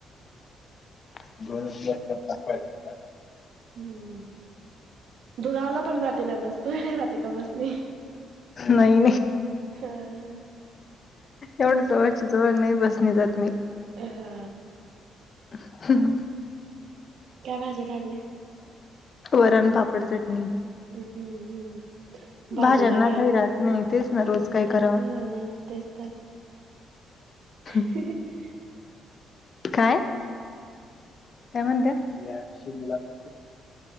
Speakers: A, on the left; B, on the right.
A: <unintelligible>
B: हम्म, दुगावला पण जाते ना बस तुला जाते का बस नाही
A: नाही
B: हां हां. <unintelligible>
A: एवढ जवळच्या जवळ नाही बसणी जात मी
B: हा.
A: <unintelligible>
B: काय भाजी खाल्ली
A: वरण, पापड, चटणी
B: हम्म, हम्म भाजीला
A: भाज्यांना
B: काय
A: काही राहत नाही तेच ना रोज काय
B: हा
A: कराव
B: तेच तर <unintelligible>
A: <unintelligible> काय? काय म्हणत्यात